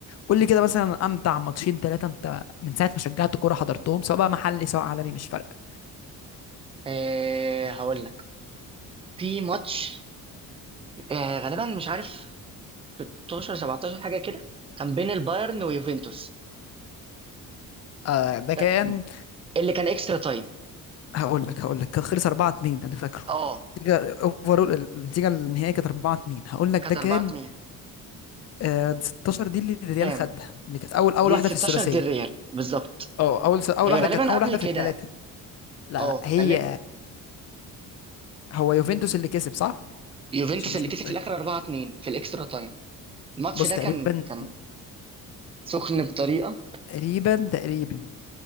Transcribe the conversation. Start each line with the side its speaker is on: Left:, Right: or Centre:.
Left: قول لي كده مثلا امتع ماتشين ثلاثه انت من ساعه ما شجعت كوره حضرتهم سواء بقى محلي سواء عالمي مش فارقه
Right: أه هقول لك في ماتش أه غالبا مش عارف 16 17 حاجه كده كان بين البايرن ويوفنتوس
Left: آه ده
Right: ده
Left: كان
Right: اللي كان اكسترا تايم
Left: هقول لك هقول لك كان خلص 4 2 ده انا فاكره
Right: اه
Left: النتيجه اوفرول النتيجه النهائيه كانت 4 2 هقول لك
Right: كانت
Left: ده كان
Right: 4 2
Left: آه 16 دي اللي الريال
Right: كام
Left: خدها اللي كانت اول اول
Right: دي
Left: واحده
Right: 16
Left: في الثلاثيه
Right: دي الريال بالظبط
Left: اه اول س... اول
Right: هي
Left: واحده
Right: غالبا
Left: كانت اول
Right: قبل
Left: واحده
Right: كده
Left: في الثلاثه لا
Right: اه
Left: لا هي
Right: غالبا
Left: هو يوفنتوس اللي كسب صح
Right: يوفنتوس
Left: عشان مش
Right: اللي كسب
Left: متاكد
Right: في الاخر 4 2 في الاكسترا تايم الماتش
Left: بص
Right: ده
Left: تقريبا
Right: كان كان سخن بطريقه
Left: تقريبا تقريبا